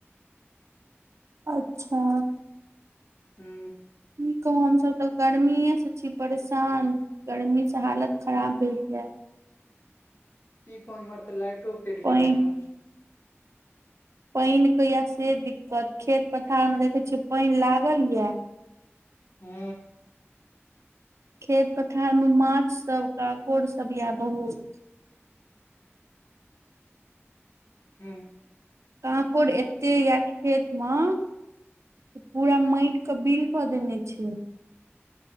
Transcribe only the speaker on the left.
हू।
कि कहू इम्हर त लाइटो कैट
गेलै हन।
हू।
हूँ।